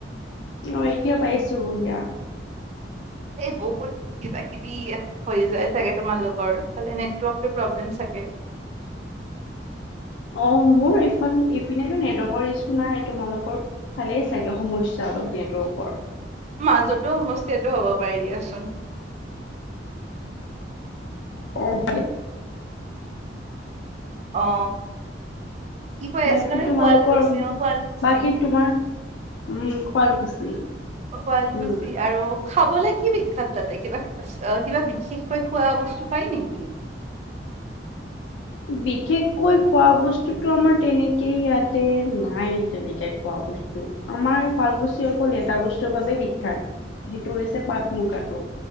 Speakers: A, on the left; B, on the right.
A: অ এতিয়া পাইছো দিয়া।
B: এই বহুত কিবা কিবি হৈ যায়। চাগে তোমালোক লোকৰ নেটৱৰ্ প্ৰব্লেম চাগে।
A: অ মোৰ ইফ ইপিনেতো নেটৱৰ্কৰ ইছু নাই তোমালোকৰ ভালে চাগে সমস্যা অলপ নেটৱৰ্ক।
B: মাজতো সমস্যাটো হ'ব পাৰে দিয়াচোন।
A: অ হ'ব পাৰে।
B: অ কি কৈ
A: বাকী
B: আছিল সেই
A: তোমালোকৰ
B: পোৱাল গৈছ অ শুৱালকুছি
A: বাকী তোমাৰ উম, শুৱালকুছি।
B: শুৱালকুছি
A: উম,
B: আৰু খাবলে কি বিখ্যাত তাতে কিবা কিবা বিশেষকৈ খোৱা বস্তু পাই নেকি?
A: বিশেষকৈ খোৱা বস্তুতো আমাৰ তেনেকে ইয়াতে নাই তেনেকে খোৱা বস্তু। আমাৰ শুৱালকুছি অকল এটা বস্তুৰ বাবে বিখ্যাত সেইটো হৈছে পাট মুগাটো।